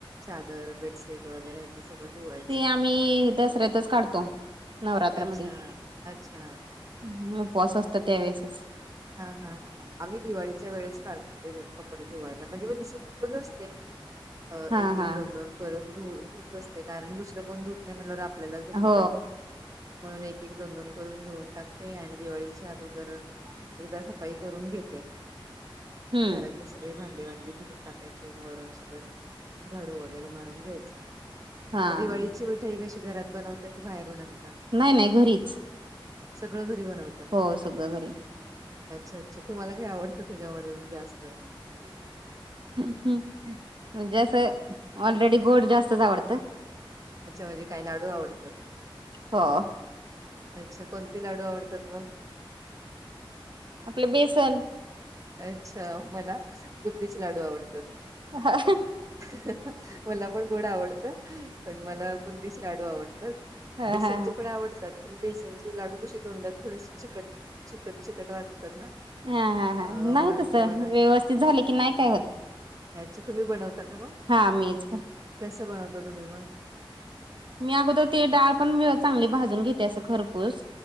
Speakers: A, on the right (about 35°); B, on the right (about 60°).
A: चादर बेडशीट वगैरे ते सगळ धुवा
B: ते आम्ही दसऱ्यातच काढतो नवरात्रामध्ये
A: अच्छा अच्छा
B: हु उपवास असत त्यावेेळेसच
A: हा हा हा आम्ही दिवाळीच्या वेळेस काढतो ते कपडे धुवायला म्हणजे मी तसं धुतच असते. अ
B: हा
A: एक एक
B: हा
A: दोन दोन करून ध धुत असते कारण दुसरं कोण धुत म्ह आपल्यालातलं
B: हो
A: पाहिजे म्हणून एक एक दोन दोन करून धुऊन टाकते आणि दिवाळीच्या. दोर एकदा सफाई करून घेते
B: हम्म
A: घरा सगळी भांडीवांडी धुवून टाकायचीन वरून सगळं झाडू वगैरे मारून घ्यायचं.
B: हा
A: मग दिवाळीची मिठाई कशी घरात बनवता की बाहेरून आणता
B: नाही नाही घरीच.
A: सगळं घरी बनवतात.
B: हो सगळ घरी.
A: अच्छा अच्छा, तुम्हाला काय आवडतं त्याच्यामध्ये मग जास्त?
B: हम् म्हणजे असं ऑलरेडी गोड जास्तच आवडतं.
A: अच्छा म्हणजे काय लाडू आवडतात?
B: हो
A: अच्छा कोणते लाडू आवडतात मग?
B: आपले बेसन
A: अच्छा, मला बुंदीचे लाडू आवडतात.
B: हा
A: ह ह ह मला पण गोड आवडतं. पण मला बुंदीचे लाडू आवडतात.
B: हा
A: बेसनचे
B: हा
A: पण आवडतात. पण बेसनचे लाडू कसे तोंडात थोडेसे चिकट चिकट चिकट वाटतात ना.
B: हा हा हा
A: अ
B: नाही
A: म्हणून
B: तस
A: ते मला
B: व्यवस्थित झाले की नाही काय होत.
A: अच्छा, तुम्ही बनवता का मगं?
B: हा मीच करते
A: कस बनवता तुम्ही मग?
B: मी अगोदर ते डाळ पण चांगली भाजून घेते. असं खरपुस